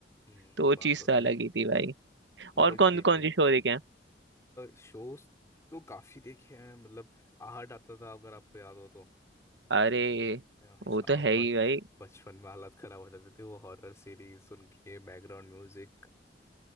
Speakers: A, on the left (about 15°); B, on the right (about 85°).
A: हम्म,
B: तो वो
A: बात
B: चीज
A: तो
B: तो
A: सही
B: अलग
A: है।
B: ही थी भाई
A: मतलब
B: और कौन
A: गेम
B: कौन
A: भी
B: सी शो देखे हैं
A: शोज तो काफी देखे हैं मतलब आहट आता था अगर आपको याद हो तो
B: अरे
A: भाई
B: वो
A: साहब
B: तो है ही
A: ब-
B: भाई
A: बचपन में हालत खराब हो जाती थी वो हॉरर सीरीज सुन के बैकग्राउंड म्यूजिक